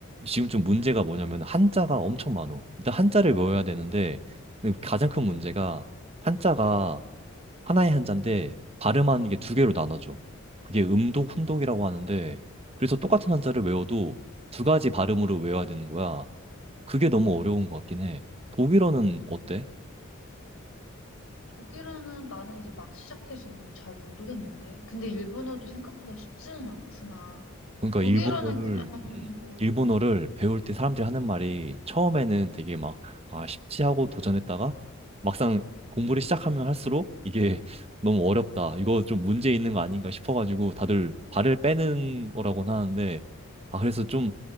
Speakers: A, on the right (about 30°); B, on the left (about 90°).
A: 지금 좀 문제가 뭐냐면 한자가 엄청 많어. 일단 한자를 외워야 되는데 근데 가장 큰 문제가 한자가 하나의 한자인데 발음하는 게 두 개로 나눠져. 그게 음독, 훈독이라고 하는데 그래서 똑같은 한자를 외워도 두 가지 발음으로 외워야 되는 거야. 그게 너무 어려운 것 같긴 해. 독일어는 어때?
B: 독일어는 나는 이제 막 시작해서 뭐 잘 모르겠는데. 근데 일본어도 생각보다 쉽지는 않구나.
A: 그러니까
B: 독일어는
A: 일본어를
B: 그냥
A: 음,
B: 뭐
A: 일본어를 배울 때 사람들이 하는 말이 처음에는 되게 막 아, 쉽지 하고 도전했다가 막상 공부를 시작하면 할수록 이게 <laughs> 너무 어렵다. 이거 좀 문제 있는 거 아닌가 싶어가지고 다들 발을 빼는 거라고는 하는데 아 그래서 좀